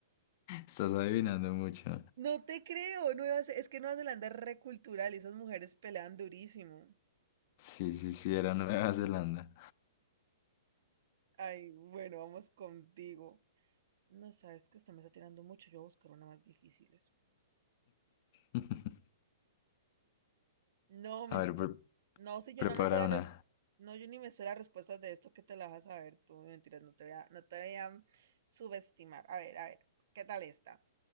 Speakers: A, on the left; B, on the right.
A: <laughs> estás adivinando mucho.
B: No te creo, Nueva Ze- es que Nueva Zelanda es recultural y esas mujeres pelean durísimo.
A: Sí, sí, sí, era Nueva Zelanda.
B: Ay, bueno, vamos contigo. No, sabes que usted me está tirando mucho, yo voy a buscar una más difíciles.
A: <laughs>
B: No, mentiras.
A: A ver, pre-
B: No, si yo
A: prepara
B: no me sé la
A: una.
B: res- no, yo ni me sé las respuestas de esto que te las vas a saber tú, mentiras, no te voy a, no te voy a subestimar. A ver, a ver, ¿qué tal esta?